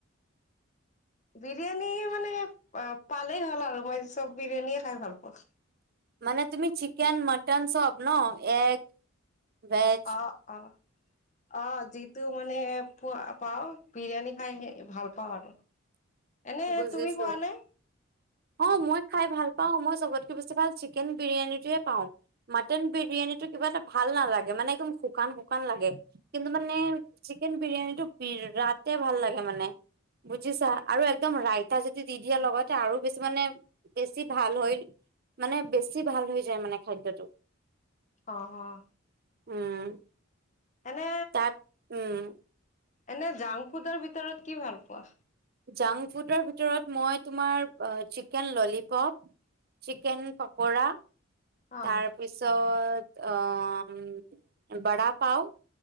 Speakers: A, on the left; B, on the right.
A: বিৰিয়ানী মানে পালেই হ'ল আৰু মই চব বিৰিয়ানীয়ে খাই ভাল পাওঁ।
B: মানে তুমি চিকেন মটন চব ন এগ ভেজ
A: অ' অ'- অ' যিটো মানে পোৱা পাও, বিৰিয়ানী খাই হেৰি ভাল পাওঁ আৰু। এনে
B: বুজিছো,
A: তুমি খোৱা নে?
B: অঁ মই খাই ভাল পাও মই চবতকে বেছি ভাল চিকেন বিৰিয়ানী য়ে পাও, মাটন বিৰিয়ানীটো কিবা এটা ভাল নালাগে মানে একদম শুকান শুকান লাগে। কিন্তু মানে চিকেন বিৰিয়ানীটো বিৰাতে ভাল লাগে মানে বুজিছা আৰু একদম ৰাইতা যদি দি দিয়া লগতে আৰু বেছি মানে বেছি ভাল হৈ মানে বেছি ভাল হৈ যায় মানে খাদ্যটো।
A: অঁ-অঁ।
B: উম
A: মানে
B: তাত, উম।
A: এনে জাংক ফুডৰ ভিতৰত কি ভাল পোৱা।
B: জাংক ফুডৰ ভিতৰত মই তোমাৰ চিকেন ললিপপ, চিকেন পকৰা।
A: অ',
B: তাৰ পিছত অ উম বাৰা পাও।